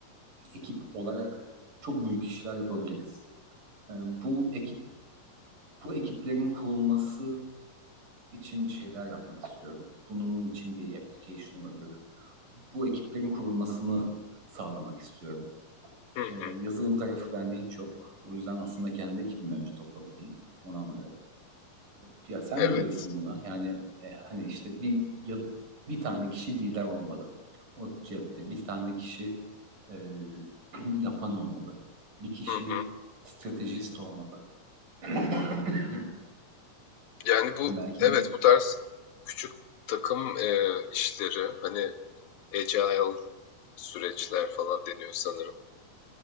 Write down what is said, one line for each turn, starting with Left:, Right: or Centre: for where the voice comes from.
Right: ekip olarak çok büyük işler yapabiliriz. E, bu ekip bu ekiplerin kurulması için bir şeyler yapmak istiyorum. Bunun için bir application olabilir bu ekiplerin kurulmasını sağlamak istiyorum.
Left: Hı hı,
Right: Ee, yazılım tarafı bende hiç yok. O yüzden aslında kendi ekibimi önce toplamalıyım. Onu anlıyorum. Ya sen
Left: evet.
Right: ne diyorsun buna? Yani e, hani işte bir ya- bir tane kişi lider olmalı. O cepte bir tane kişi e, <clears throat> yapan olmalı. Bir kişi
Left: Hı hı.
Right: stratejist olmalı. <clears throat> <laughs>
Left: Yani bu,
Right: Belki
Left: evet
Right: bir,
Left: bu tarz küçük takım e, işleri, hani agile süreçler falan deniyor sanırım.